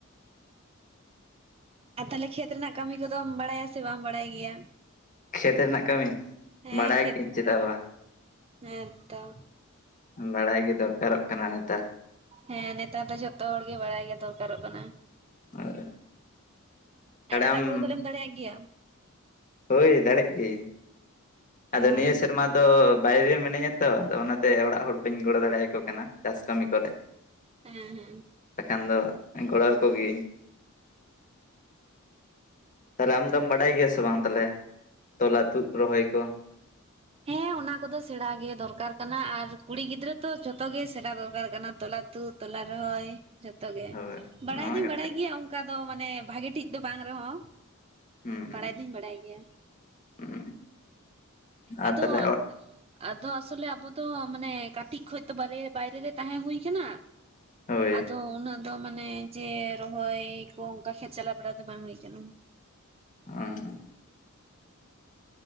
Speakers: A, on the right; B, on the left.
A: ᱟᱨ ᱛᱟᱦᱞᱮ ᱠᱷᱮᱛ ᱨᱮᱱᱟᱜ ᱠᱟᱹᱢᱤ ᱠᱚᱫᱚᱢ ᱵᱟᱲᱟᱭᱟ ᱥᱮ ᱵᱟᱢ ᱵᱟᱲᱟᱭ ᱜᱮᱭᱟ?
B: ᱠᱷᱮᱛ ᱨᱮᱱᱟᱜ ᱠᱟᱹᱢᱤ
A: ᱦᱮᱸ
B: ᱵᱟᱲᱟᱭ
A: ᱠᱷᱮᱛ
B: ᱜᱤᱭᱟᱹᱧ
A: ᱨᱮᱱᱟᱜ
B: ᱪᱮᱫᱟᱜ
A: ᱠᱟᱢᱤ ᱦᱮᱸᱛᱚ
B: ᱵᱟᱲᱟᱭ ᱜᱮ ᱫᱚᱨᱠᱟᱨᱚᱜ ᱠᱟᱱᱟ ᱱᱮᱛᱟᱨ ᱾
A: ᱦᱮᱸ ᱱᱮᱛᱟᱨ ᱫᱚ ᱡᱷᱚᱛᱚ ᱦᱚᱲᱜᱮ ᱵᱟᱲᱟᱭ ᱜᱮ ᱫᱚᱨᱠᱟᱨᱚᱜ ᱠᱟᱱᱟ᱾
B: ᱫᱟᱲᱮᱭᱟᱜ
A: ᱟᱲᱮ ᱞᱟᱜ
B: ᱟᱢ
A: ᱠᱚ ᱫᱚ ᱛᱟᱜᱞᱮᱢ ᱫᱟᱲᱮᱭᱟᱜ ᱜᱮᱭᱟ?
B: ᱦᱳᱭ ᱫᱟᱲᱤᱜ ᱜᱤ
A: ᱦᱮᱸ
B: ᱟᱫᱚ ᱱᱤᱭᱟᱹ ᱥᱮᱨᱢᱟ ᱫᱚ ᱵᱟᱭᱨᱮ ᱢᱤᱱᱟᱹᱧᱟ ᱛᱚ ᱟᱫᱚ ᱚᱱᱟᱛᱮ ᱚᱲᱟᱜ ᱦᱚᱲ ᱠᱚᱧ ᱜᱚᱲᱚ ᱫᱟᱲᱮᱭᱟᱠᱚ ᱠᱟᱱᱟ ᱪᱟᱥ ᱠᱟᱹᱢᱤ ᱠᱚ ᱨᱮ
A: ᱦᱮᱸ
B: ᱵᱟᱠᱷᱟᱱ ᱫᱚ ᱜᱚᱲᱚᱣᱟᱹᱠᱚ ᱜᱤᱭᱟᱹᱧ᱾ ᱛᱟᱦᱚᱞᱮ ᱟᱢ ᱫᱚᱢ ᱵᱟᱰᱟᱭ ᱜᱮᱭᱟ ᱥᱮ ᱵᱟᱝ ᱛᱟᱦᱚᱞᱮ ᱛᱚᱞᱟᱼᱛᱩᱫ ᱨᱚᱦᱚᱭ ᱠᱚ,
A: ᱦᱮᱸ ᱚᱱᱟ ᱠᱚᱫᱚ ᱥᱮᱬᱟ ᱜᱮ ᱫᱚᱨᱠᱟᱨ ᱠᱟᱱᱟ ᱟᱨ ᱠᱩᱲᱤ ᱜᱤᱫᱽᱨᱟᱹ ᱛᱚ ᱡᱷᱚᱛᱚ ᱜᱮ ᱥᱮᱬᱟ ᱫᱚᱨᱠᱟᱨ ᱠᱟᱱᱟ ᱛᱚᱞᱟ ᱛᱩᱫ ᱛᱚᱞᱟ ᱨᱚᱦᱚᱭ᱾ ᱡᱷᱚᱛᱚ ᱜᱮ
B: ᱦᱳᱭ
A: ᱵᱟᱲᱟᱭ
B: ᱱᱚᱣᱟ
A: ᱫᱩᱧ
B: ᱠᱟᱛᱷᱟ
A: ᱵᱟᱲᱟᱭ
B: ᱜᱮ
A: ᱜᱮᱭᱟ ᱚᱱᱠᱟ ᱫᱚ ᱢᱟᱱᱮ ᱵᱷᱟᱜᱤ ᱴᱷᱤᱠ ᱫᱚ ᱵᱟᱝ ᱨᱮ ᱦᱚᱸ᱾
B: ᱦᱩᱸ ᱦᱩᱸ
A: ᱵᱟᱲᱟᱭ ᱫᱩᱧ ᱵᱟᱲᱟᱭ ᱜᱮᱭᱟ᱾
B: ᱦᱩᱸ ᱟᱨ
A: ᱟᱫᱚ,
B: ᱛᱟᱦᱚᱞᱮ
A: ᱟᱫᱚ ᱟᱥᱚᱞᱮ ᱟᱵᱚ ᱫᱚ ᱢᱟᱱᱮ ᱠᱟᱴᱤᱡ ᱠᱷᱚᱪ ᱛᱚ ᱵᱟᱭᱨ ᱼᱵᱟᱭᱨᱮ ᱛᱟᱦᱮᱸ ᱦᱩᱭ ᱠᱟᱱᱟ᱾
B: ᱦᱳᱭ
A: ᱟᱫᱚ ᱩᱱᱟᱹᱜ ᱛᱚ ᱢᱟᱱᱮ ᱡᱮ ᱨᱚᱦᱚᱭ ᱠᱩ ᱚᱱᱠᱟ ᱠᱷᱮᱛ ᱪᱟᱞᱟᱣ ᱵᱟᱲᱟ ᱫᱚ ᱵᱟᱝ ᱦᱩᱭ ᱟᱠᱟᱱᱟ᱾
B: ᱟᱸᱻ